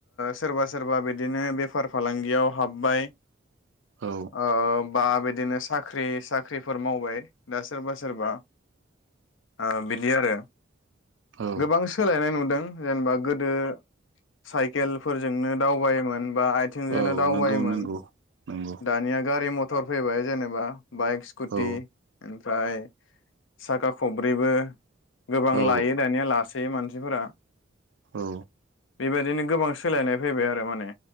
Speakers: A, on the left; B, on the right.
A: सोरबा सोरबा ओ बिदिनो बेफार फालांगियाव हाबबाय।
B: औ
A: ओ बा बिदिनो साख्रि साख्रिफोर मावबाय। दा सोरबा सोरबा ओ बिदि आरो
B: औ
A: गोबां सो नाय नुदों जेनेबा गोदो साइकेलफोरजोंनो दावबायोमोन। बा आथिंजोंनो
B: औ
A: दावबायोमोन
B: नंगौ नंगौ नंगौ
A: दानिया गारि मथ टर फैबाय जेनेबा बाइक स्कुटि
B: औ
A: ओमफ्राय साखा खब्रैबो गोबां
B: औ
A: लायो दानिया लास बे मानसिफोरा
B: औ
A: बेबायदिनो गोबां सोलायनाय फैबाय आरो माने